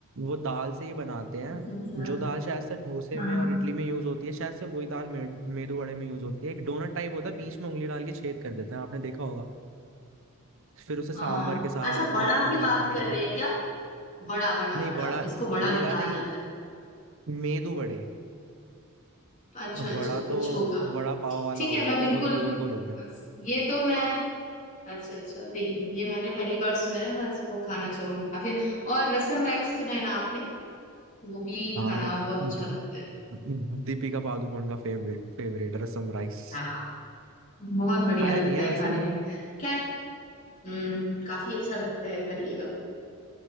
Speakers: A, on the right; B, on the left.
A: वो दाल से ही बनाते हैं
B: अच्छा अच्छा
A: जो दाल शायद से डोसे
B: हाँ
A: में और इडली में यूज होती है शायद से वही दाल मे, मेदू वड़े में यूज होती है एक डोनट टाइप होता है बीच में उंगली डाल के छेद कर देते हैं आपने देखा होगा फिर उसे सांभर
B: हाँ
A: के साथ
B: अच्छा वड़ा
A: नारियल
B: की
A: की चटनी
B: बात
A: के
B: कर
A: साथ
B: रहे हैं क्या वड़ा वड़ा
A: नहीं
B: वड़ा
A: वड़ा
B: जिसको वड़ा
A: वड़ा
B: भी कहा
A: नहीं
B: जाता
A: मेदू वड़े
B: है अच्छा
A: अब
B: अच्छा
A: वड़ा
B: कुछ
A: तो
B: होगा
A: वड़ा पाव वाला
B: ठीक
A: हो
B: है
A: गया
B: मैं
A: कुछ
B: बिल्कुल
A: वो तो गोल गोल हो गया
B: ये तो मैं अच्छा अच्छा नहीं ये मैंने पहली बार सुना है मैं इसको खाना चाहूंगी काफी और रसम राइस सुना है ना आपने वो भी
A: हाँ
B: खाना
A: और
B: बहुत
A: दी-
B: अच्छा लगता है
A: दीपिका पादुकोण का फेवरेट फेवरेट रसम राइस
B: हाँ बहुत बढ़िया
A: खाया
B: लगता
A: नहीं है
B: है
A: वैसे
B: खाने में खैर हम्म काफी अच्छा लगता है खाइएगा